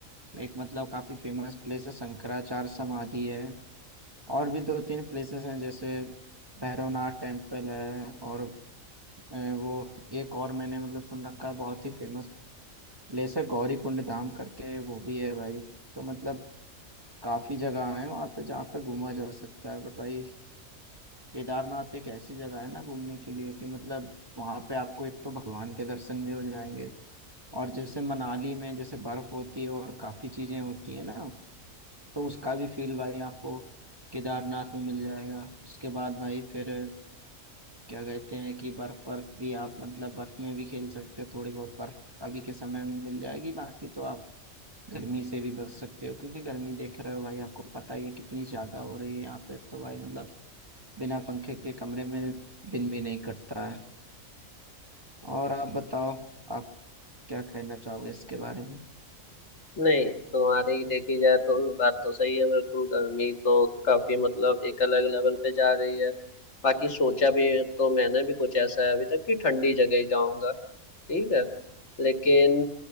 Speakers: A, on the right (about 20°); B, on the left (about 55°).
A: एक मतलब काफी फेमस प्लेस है शंकराचार्य समाधि है और भी दो तीन प्लेसेस हैं जैसे भैरवनाथ टेम्पल है और अ, वो एक और मैंने मतलब सुन रखा है बहुत ही फेमस प्लेस है गौरी कुंड धाम करके वो भी है भाई तो मतलब काफी जगह है वहाँ पे जहाँ पे घूमा जा सकता है बट भाई केदारनाथ एक ऐसी जगह है ना घूमने के लिए कि मतलब वहाँ पे आपको एक तो भगवान के दर्शन भी हो जाएंगे और जैसे मनाली में जैसे बर्फ होती है और काफी चीजें होती है ना तो उसका भी फील भाई आपको केदारनाथ में मिल जाएगा उसके बाद भाई फिर क्या कहते हैं कि बर्फ बर्फ भी आप मतलब बर्फ में भी खेल सकते हो थोड़ी बहुत बर्फ अभी के समय में मिल जाएगी बाकी तो आप गर्मी से भी बच सकते हो क्योंकि गर्मी देख रहे हो भाई आपको पता ही है कितनी ज्यादा हो रही है यहाँ पे तो भाई मतलब बिना पंखे के कमरे में दिन भी नहीं कटता है और आप बताओ आप क्या कहना चाहोगे इसके बारे में
B: नहीं तुम्हारी ही देखी जाए तो बात तो सही है बिल्कुल गर्मी तो काफी मतलब एक अलग लेवल पे जा रही है बाकी सोचा भी तो मैंने भी कुछ ऐसा है अभी तक कि ठंडी जगह ही जाऊंगा ठीक है लेकिन